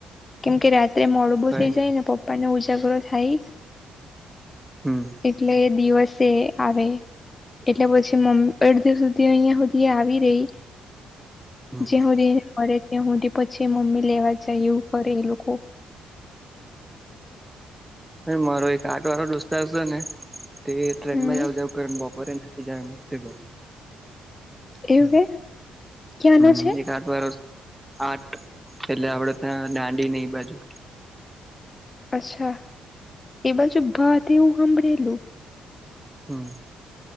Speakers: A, on the left (about 25°); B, in the centre.
A: કેમ કે રાત્રે મોડુ બું
B: કઈ
A: થઈ
B: નઈ
A: જાય ને પપ્પા ને ઉજાગરો થાય.
B: હમ.
A: એટલે દિવસે આવે એટલે પછી મમ્મી અડધિ વ સુધી. તે અહિયાં સુધી આવી રહી
B: હા
A: જે સુધી મળે. હું પછી મમ્મી લેવા જાય એવું કરે એ લોકો.
B: મારો એક આઠ વારો દોસ્તાર છે ને તે ટ્રેન
A: હમ
B: માં આવ જાવ કરને બપોરે જાવ મસ્તે ઘર
A: એવું
B: હમ
A: કે ક્યાંનો
B: હમ
A: છે
B: એક ત વરષ આઠ એટલે આપડે ત્યાં દાંડી નઈ બાજુ
A: અચ્છા એ બાજુ ભાતવું સાંભળેલું
B: હમ